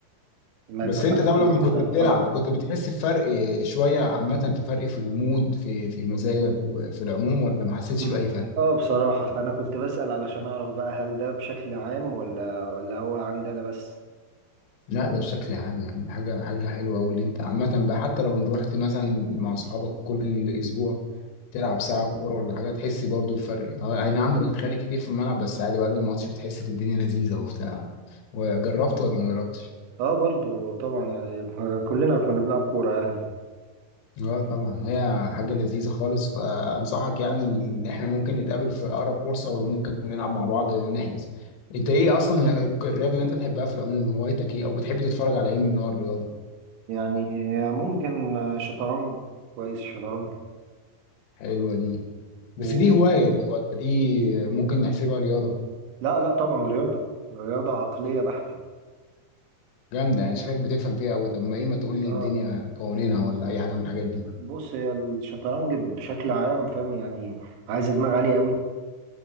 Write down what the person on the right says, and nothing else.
ما
بيبقاش
عندك
الدافع
القوي
مم.
اه بصراحة فأنا كنت بسأل علشان أعرف بقى هل ده بشكل عام ولا ولا هو عندنا بس
اه برضو طبعا يعني كلنا كنا بنلعب كورة يعني
يعني ممكن شطرنج كويس شطرنج
و...
لا لا طبعا رياضة رياضة عقلية بحتة
اه
بص هي الشطرنج بشكل عام فاهم يعني عايزة دماغ عالية قوي